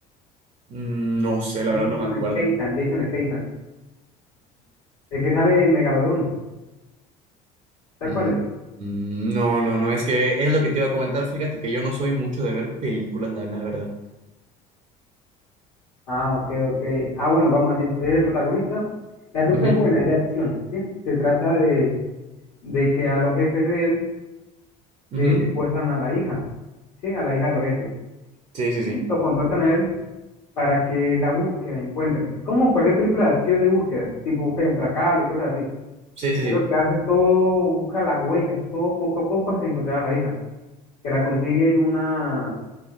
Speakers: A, on the right (about 40°); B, on the left (about 80°).
A: Mm, No sé, la
B: Jason
A: verdad no me acuerdo.
B: Statham, Jason Statham, el que sale en Megalodón, ¿sabes
A: Mm,
B: cuál es?
A: mm, No, no, no, es que es lo que te iba a comentar. Fíjate que yo no soy mucho de ver películas, la, la verdad.
B: Ah, ok, ok, ah, bueno, vamos a decir, es el protagonista, la película
A: Ujú,
B: es buena, es de acción, ¿sí? Se trata de, de que a los jefes de él
A: ujú.
B: le secuestran a la hija, ¿sí? A la hija de los jefes,
A: Sí, sí,
B: y
A: sí.
B: lo contratan a él para que la búsqueda encuentre. Es como cualquier película de acción de búsqueda, tipo búsqueda implacable y cosas así.
A: Sí,
B: Y
A: sí,
B: es
A: sí.
B: lo que hace todo, busca las huellas, todo poco a poco hasta encontrar a la hija, que la consigue en una,